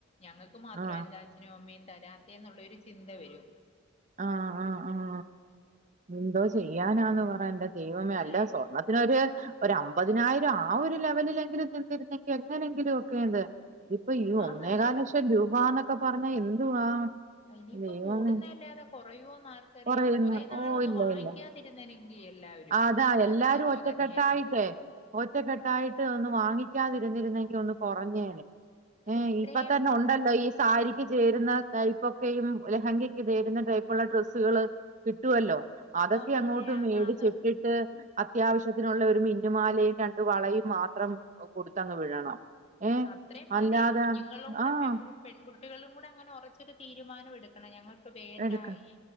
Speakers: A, on the left; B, on the right.
A: ഞങ്ങൾക്ക് മാത്രം
B: ആ
A: എന്താ പിന്നെ ഹോമിയും തരാപ്പിയെന്നുള്ളൊരു ചിന്ത വരും
B: ആഹ് ആഹ് ആഹ് എന്തോ ചെയ്യാനാന്ന് പറ എന്റെ ദൈവമേ
A: അതാ
B: അല്ല സ്വർണ്ണത്തിനൊരു ഒരു അമ്പതിനായിരം ആ ഒരു ലെവലിലെങ്കിലും നിന്നിരുന്നെങ്കിൽ എങ്ങനെങ്കിലും ഒക്കെയത് ഇപ്പൊ ഈ
A: ആന്ന്
B: ഒന്നേകാൽ ലക്ഷം രൂപാന്നൊക്കെ പറഞ്ഞാ എന്തുവാ
A: ഇനിയിപ്പം
B: ദൈവമേ
A: കൂടുന്നതല്ലാതെ കുറയോന്ന് ആർക്കറിയാം
B: കൊറയുന്നു
A: കുറേ നാള്
B: ഓ
A: ഒന്ന്
B: ഇല്ല
A: വാങ്ങിക്കാ
B: ഇല്ല
A: തിരുന്നെനെങ്കി എല്ലാവരും
B: ആ, അതാ എല്ലാരും
A: ഇതൊന്ന് കൊറഞ്ഞേനെ
B: ഒറ്റക്കെട്ടായിട്ടേ ഒറ്റക്കെട്ടായിട്ട് ഒന്ന് വാങ്ങിക്കാതിരുന്നിരുന്നെങ്കിൽ ഒന്ന് കൊറഞ്ഞേനെ
A: അത്
B: മ്
A: ഇത്രയും
B: ഇപ്പൊ തന്നെ ഉണ്ടല്ലോ ഈ സാരി ക്ക് ചേരുന്ന ടൈപ്പൊക്കെയും ലെഹങ്കക്ക് ചേരുന്ന ടൈപ്പുള്ള ഡ്രസ്സുകള് കിട്ടുവല്ലോ അതൊക്കെ
A: പിന്നെ
B: അങ്ങോട്ട്
A: ആന്നാന്ന്
B: മേടിച്ചി ട്ടിട്ട് അത്യാവശ്യത്തിനുള്ള ഒരു മിന്നുമാലയും രണ്ട് വളയും മാത്രം കൊടുത്തങ് വിടണം ഏഹ്
A: അത്രയും മതി
B: അല്ലാതെ
A: കുഞ്ഞുങ്ങളും കൂടെ
B: ആഹ്
A: പെൺപു പെൺകുട്ടികളും കൂടെ അങ്ങനെ ഒറച്ചൊരു തീരുമാനം എടു ക്കണം ഞങ്ങൾക്ക് വേണ്ട
B: എടുക്ക
A: ഈ